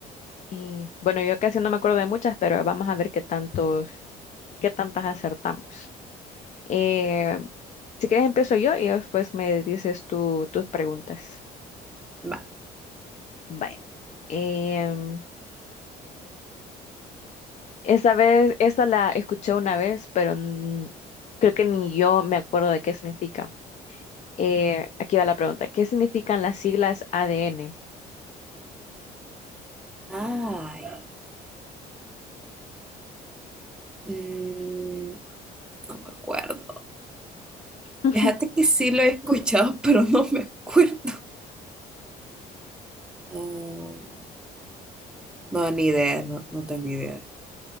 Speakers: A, on the left (about 45°); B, in the centre.
A: Y bueno, yo casi no me acuerdo de muchas, pero vamos a ver qué tantos, qué tantas acertamos. Eh, si quieres empiezo yo y después me dices tú, tus preguntas.
B: Va.
A: Vaya. Em, Esta vez, esta la escuché una vez, pero n- creo que ni yo me acuerdo de qué significa. Eh, aquí va la pregunta. ¿Qué significan las siglas ADN?
B: Ay, mm, no me acuerdo.
A: <laughs>
B: Fíjate que sí lo he escuchado, <laughs> pero no me acuerdo. Mm, no, ni idea, no, no tengo idea.